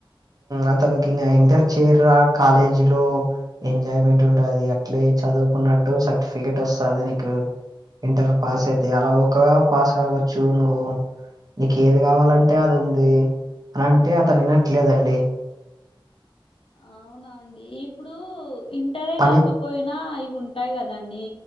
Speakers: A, on the right; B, on the left.
A: అతనికి ఇంకా ఇంటర్ చేరాక కాలేజ్ లో ఎంజాయ్మెంట్ ఉంటది అట్లే చదువుకున్నట్టు సర్టిఫికెట్ వస్తాది నీకు ఇంటర్ పాస్ అయితే అలా ఒక పాస్ కావచ్చు నువ్వు నీకు ఏది కావాలంటే అది ఉంది అనింటే అతను వినట్లేదండి,
B: అవునా అండి ఇప్పుడు ఇంటరే
A: పని
B: కాకపోయినా ఇవి ఉంటాయి కదండి